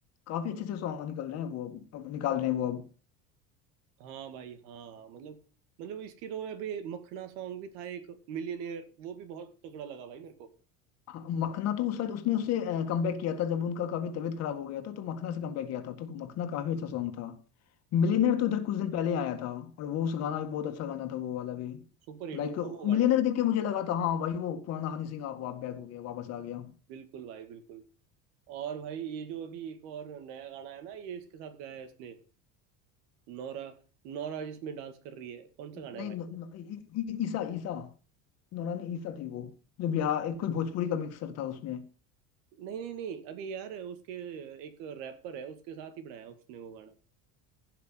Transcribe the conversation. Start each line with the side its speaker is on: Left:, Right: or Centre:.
Left: काफी अच्छे अच्छे सॉन्ग निकल रहे हैं वो अब अब निकाल रहे हैं वो अब
Right: हाँ भाई हाँ मतलब मतलब इसकी तो अभी मखना सॉन्ग भी था एक मिलियनेयर वो भी बहुत तगड़ा लगा भाई मेरे को
Left: हाँ, मखना तो उस शायद उसने उससे कमबैक किया था जब उनका काफी तबीयत खराब हो गया था तो मखना से कमबैक किया था तो मखना काफी अच्छा सॉन्ग था मिलियनर तो इधर कुछ दिन पहले आया था और वो उस गाना भी बहुत अच्छा गाना था वो वाला भी
Right: सुपर हिट
Left: लाइक
Right: हुआ वो
Left: मिलियनर
Right: गाना
Left: देख के मुझे लगा था हाँ भाई वो पुराना हनी सिंह आप वाप बैक हो गया वापस आ गया
Right: बिल्कुल भाई बिल्कुल और भाई ये जो अभी एक और नया गाना है ना ये इसके साथ गाया है इसने नौरा नौरा जिसमें डांस कर रही है कौन सा गाना
Left: नहीं
Right: है भाई
Left: न, न, इ, इ, ईसा ईसा नौरानी ईसा थी वो जो बिहार एक कोई भोजपुरी का मिक्सर था उसमें
Right: नहीं नहीं नहीं अभी यार उसके एक रैपर है उसके साथ ही बनाया उसने वो गाना